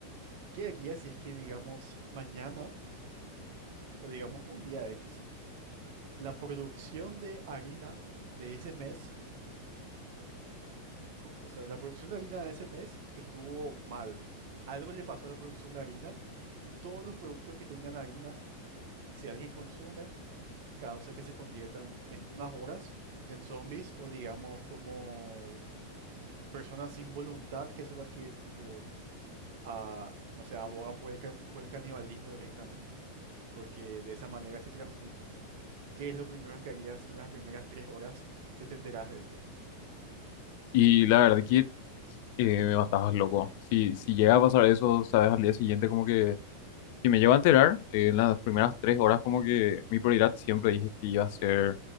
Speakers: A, on the right (about 50°); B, on the left (about 50°).
A: ¿Qué harías si es que, digamos, mañana o digamos un día X, la producción de harina de ese mes co- O sea, la producción de harina de ese mes estuvo mal. Algo le pasó a la producción de harina y todos los productos que tengan harina, si alguien consume, causa que se conviertan en unas horas en zombies o digamos como personas sin voluntad que son las que tipo, ah, no sé, abogan por el, ca- por el canibalismo directamente, porque de esa manera se transmite. ¿Qué es lo primero que harías en las primeras tres horas que te enteras de esto?
B: Y la verdad que eh, me matabas loco. Si, si llega a pasar eso, sabes, al día siguiente como que... Si me llego a enterar, eh, en las primeras tres horas como que mi prioridad siempre dije que iba a ser,